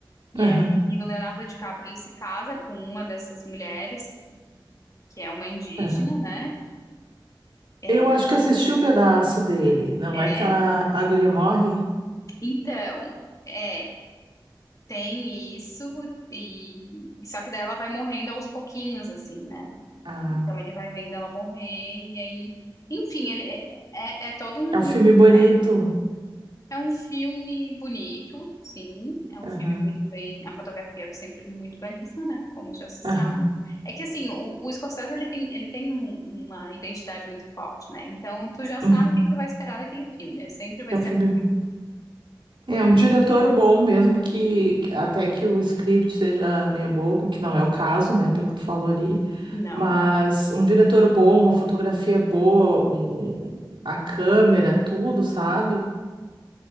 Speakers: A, on the left; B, on the right.
A: E
B: Aham,
A: aí o Leonardo DiCaprio ele se casa com uma dessas mulheres que, que é uma indígena,
B: aham.
A: né? É,
B: Eu acho que assisti um pedaço dele. Não
A: é,
B: é que ela, a guria morre?
A: então, é, tem isso e só que daí ela vai morrendo aos pouquinhos, assim, né?
B: Ah,
A: Então ele vai vendo ela morrer e aí, enfim, ele é, é é todo um,
B: é um
A: um
B: filme
A: mistério.
B: bonito.
A: É um filme bonito, sim, é um filme
B: Aham,
A: muito bem, a fotografia é sempre muito belíssima, né? Como já se
B: aham.
A: sabe. É que assim, o, o Scorsese ele tem, ele tem um- uma identidade muito forte, né? Então tu já sabe
B: Uhum.
A: o que que tu vai esperar daquele filme. Sempre vai
B: É
A: ser
B: um filme
A: um
B: bom.
A: filme,
B: É um diretor bom mesmo, que que até que o script seja meia boca, que não é o caso, né, pelo que tu falou ali,
A: não,
B: mas um diretor bom, uma fotografia boa, um- um- a câmera, tudo, sabe?